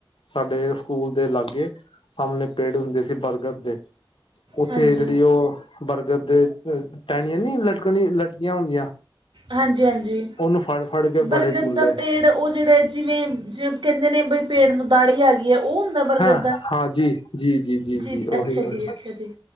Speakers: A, on the left; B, on the right.
A: ਸਾਡੇ ਸਕੂਲ ਦੇ ਲਾਗੇ ਸਾਹਮਣੇ ਪੇੜ ਹੁੰਦੇ ਸੀ ਬਰਗਰ ਦੇ। ਉੱਥੇ
B: ਹਾਂਜੀ,
A: ਜਿਹੜੀ ਉਹ ਬਰਗਰ ਦੇ ਟਹਿਣੀਆਂ ਨੀ ਲਟਕਣੀ, ਲਟਕੀਆਂ ਹੁੰਦੀਆਂ।
B: ਹਾਂਜੀ -ਹਾਂਜੀ,
A: ਉਹਨੂੰ ਫੜ ਫੜ ਕੇ
B: ਬਰਗਦ
A: ਬੜੇ ਝੂਲੇ
B: ਦਾ ਪੇੜ ਔਹ ਜਿਹੜੇ ਜਿਵੇਂ- ਜਿਵੇਂ ਕਹਿੰਦੇ ਨੇ ਬਈ ਪੇਟ ਨੂੰ ਦਾੜੀ ਆ ਗਈ ਹੈ, ਔਹ ਹੁੰਦਾ ਬਰਗਦ
A: ਹਾਂ
B: ਦਾ
A: ਹਾਂ ਜੀ ਜੀ
B: ਜੀ -ਜੀ,
A: ਉਹੀ
B: ਅੱਛਾ ਜੀ,
A: ਉਹੀ
B: ਅੱਛਾ ਜੀ।